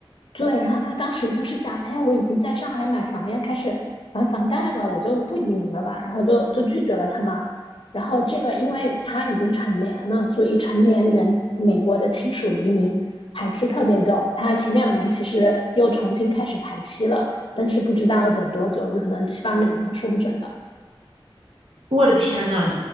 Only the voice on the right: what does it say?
我的天呐，